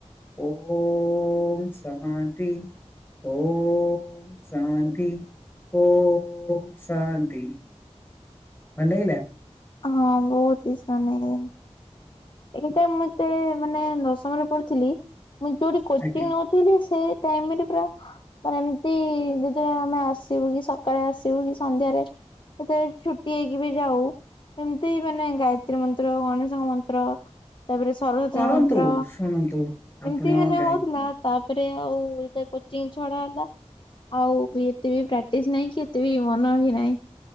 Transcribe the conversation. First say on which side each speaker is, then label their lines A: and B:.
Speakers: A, on the left; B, on the left.
A: ଓଁ ସହାନ୍ତି। ଓଁମ୍ ଶାନ୍ତି ଓଁମ୍ ଶାନ୍ତି। ଭଲ ଲାଗିଲା?
B: ହଁ ବହୁତ ଇଛା ନାଇଁ। ଏଇଟା ମୁଁ ଯେତେଳେ ମାନେ ଦଶମରେ ପଢିଥିଲି ମୁଁ ଯୋଉଠି କୋଚିଂ
A: ଆଜ୍ଞା
B: ନୋଉ ଥିଲି ସେ ଟାଇମର ପୁରା ମାନେ ଏମିତି ଯେତେବେଳେ ଆମେ ଆସିବୁ କି ସକାଳେ ଆସିବୁ କି ସନ୍ଧ୍ୟାରେ ସେତେଲେ ଛୁଟି ହେଇକି ବି ଯାଉ ଏମିତି ମାନେ ଗାୟତ୍ରୀ ମନ୍ତ୍ର ଗଣେଶଙ୍କ ମନ୍ତ୍ର ତାପରେ ସରସ୍ଵତୀ
A: କରନ୍ତୁ
B: ମନ୍ତ୍ର
A: ଶୁଣନ୍ତୁ ଆପଣ
B: ଏମିତି ମାନେ
A: ଗାଇ
B: ହଉଥିଲା ତାପରେ ଆଉ ଯେତେଲେ କୋଚିଂ ଛଡା ହେଲା ଆଉ ବି ଏତେ ବି ପ୍ରାକ୍ଟିସ ନାଇଁ କି ଏତେ ବି ମନ ବି ନାଇଁ।